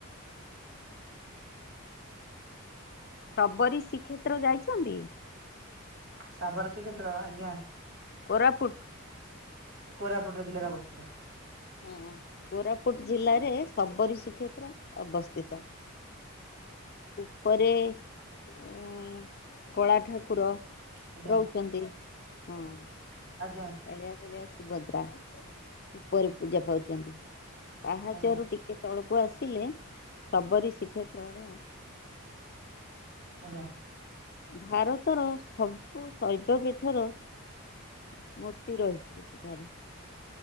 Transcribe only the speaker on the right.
ସାବର ଶ୍ରୀ କ୍ଷେତ୍ର ଆଜ୍ଞା।
କୋରାପୁଟର ଜିଲ୍ଲାରେ ଅବସ୍ଥିତ।
ଆଜ୍ଞା
ଆଜ୍ଞା
ଆଜ୍ଞା
ଆଜ୍ଞା।